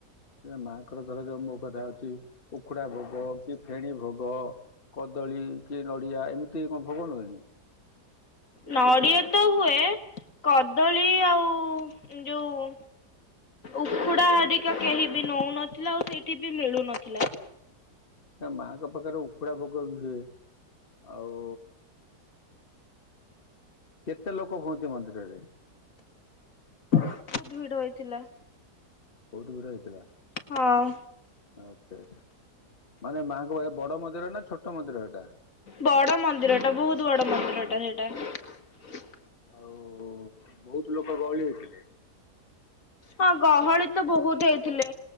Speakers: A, on the left (about 35°); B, on the left (about 55°).
A: ମାଆଙ୍କର ଥର ଯୋଉ ମୋ କଥା ହଉଛି ଉଖୁଡ଼ା ଭୋଗ କି ଫେଣୀ ଭୋଗ କଦଳୀ କି ନଡିଆ ଏମିତି କଣ ଭୋଗ ନୁହେଁ।
B: ନଡିଆ ତ ହୁଏ କଦଳୀ ଆଉ ଯୋଉ ଉଖୁଡା ହାରିକା କେହି ବି ନଉନଥିଲା ଆଉ ସେଇଠି ବି ମିଳୁନଥିଲା।
A: ତା ମାଙ୍କ ପାଖରେ ଉଖୁଡା ଭୋଗ ବି ହୁଏ ଆଉ। କେତେ ଲୋକ ହୁଅନ୍ତି ମନ୍ଦିରରେ?
B: ବହୁତ ଭିଡ ହେଇଥିଲା।
A: ବହୁତ ଭିଡ ହେଇଥିଲା
B: ହଁ
A: ଆଛା ଆଛା। ମାନେ ମାଙ୍କ ବଡ ମନ୍ଦିର ନା ଛୋଟ ମନ୍ଦିର ହେଇଟା।
B: ବଡ ମନ୍ଦିରଟା ବହୁତ ବଡ ମନ୍ଦିରଟା ସେଇଟା।
A: ଆଉ ବହୁତ ଲୋକ ଗହଳି ହେଇଥିଲେ।
B: ହଁ ଗହଳି ତ ବହୁତ ହେଇଥିଲେ।